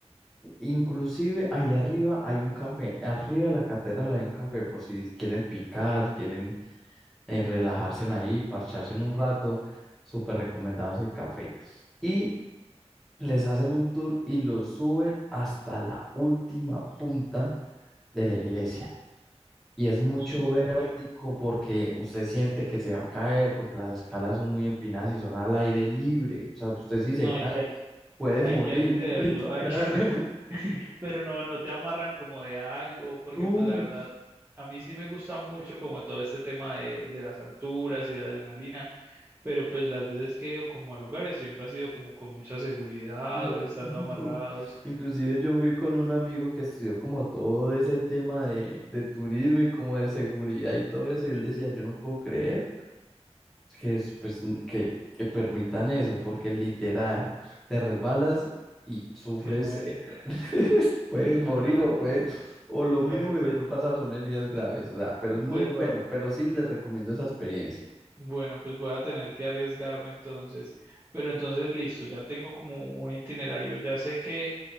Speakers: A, in the centre; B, on the right.
A: Inclusive ahí arriba hay un café, arriba de la catedral hay un café por si quieren picar, quieren eh, relajarse en ahí, parcharse en un rato, súper recomendado ese café. Y les hacen un tour y los suben hasta la última punta de la iglesia. Y es mucho
B: Súper,
A: vértigo porque usted siente que se va a caer, porque las escalas son muy empinadas y son al aire libre. O sea, usted si se
B: no hay
A: cae
B: que,
A: puede
B: hay
A: morir,
B: que hacerlo,
A: <laughs> literal.
B: hay que... <laughs> Pero no, no te amarran como de algo, porque
A: No,
B: pues la verdad, a mí sí me gusta mucho como todo este tema de, de las alturas y de adrenalina, pero pues las veces que he ido como a lugares siempre ha sido como con mucha seguridad
A: n-
B: o estando amarrados.
A: no. Inclusive yo fui con un amigo que estudió como todo ese tema de, de turismo y como de seguridad y todo eso, y él decía, yo no puedo creer. que es, pues, n- que, que permitan eso, porque literal, te resbalas y sufres,
B: Y muere.
A: eh, <laughs> puedes morir
B: No,
A: o puede, o lo
B: bueno,
A: mínimo que
B: pues,
A: te puede pasar son heridas graves, o sea, pero es muy
B: pues, va-
A: bueno, pero sí les recomiendo esa experiencia.
B: bueno, pues voy a tener que arriesgarme entonces. Pero entonces, listo, ya tengo como un itinerario. Ya sé que,